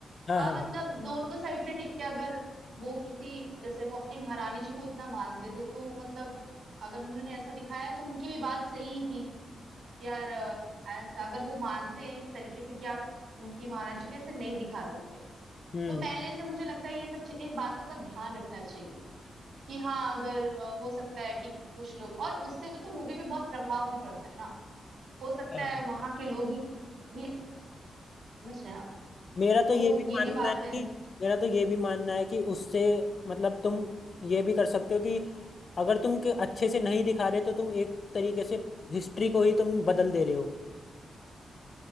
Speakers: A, on the left; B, on the right.
A: हाँ
B: आ,
A: हाँ
B: मतलब
A: हाँ,
B: दोनों साइड से ठीक है अगर वो किसी जैसे वो अपनी महारानी जी को इतना मानते थे तो मतलब अगर उन्होंने ऐसा दिखाया तो उनकी भी बात सही ही थी कि यार अ, ऐसा अगर वो मानते हैं इस तरीके से कि आप उनकी महारानी जी को ऐसे नहीं दिखा सकते हो
A: हम्म
B: तो पहले से मुझे लगता है ये सब चीज़- इन बातों का ध्यान रखना चाहिए कि हाँ अगर अ, हो सकता है कि कुछ लोग और उससे तो मूवी पे बहुत प्रभाव भी पड़ता है ना हो सकता
A: हाँ।
B: है वहां के लोग ही ही समझ रहे हैं आप
A: मेरा तो
B: तो
A: ये भी
B: ये
A: मानना
B: भी बात
A: है कि
B: है
A: मेरा तो ये भी मानना है कि उससे मतलब तुम ये भी कर सकते हो कि अगर तुम के अच्छे से नहीं दिखा रहे तो तुम एक तरीके से हिस्ट्री को ही तुम बदल दे रहे हो